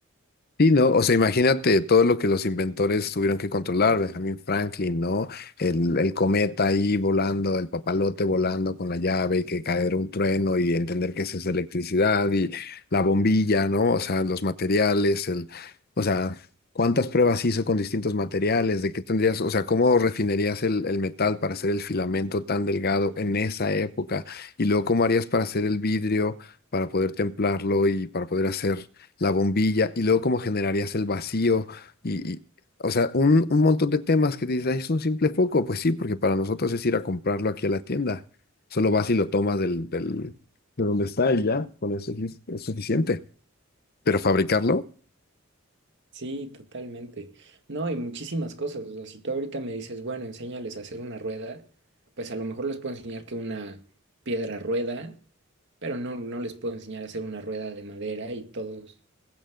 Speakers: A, on the left (about 45°); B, on the right (about 60°).
A: Sí, ¿no? O sea, imagínate todo lo que los inventores tuvieron que controlar, Benjamin Franklin, ¿no? El, el cometa ahí volando, el papalote volando con la llave, que caer un trueno y entender que esa es electricidad y la bombilla, ¿no? O sea, los materiales, el, o sea, cuántas pruebas hizo con distintos materiales, de qué tendrías, o sea, cómo refinerías el, el metal para hacer el filamento tan delgado en esa época y luego cómo harías para hacer el vidrio, para poder templarlo y para poder hacer la bombilla y luego cómo generarías el vacío y, y- o sea, un, un montón de temas que dices, "Ay, es un simple foco, pues sí, porque para nosotros es ir a comprarlo aquí a la tienda, solo vas y lo tomas del, del, de donde está y ya, con eso es, es suficiente, pero fabricarlo,
B: Sí, totalmente. No, y muchísimas cosas. O sea, si tú ahorita me dices, bueno, enséñales a hacer una rueda, pues a lo mejor les puedo enseñar que una piedra rueda, pero no, no les puedo enseñar a hacer una rueda de madera y todos,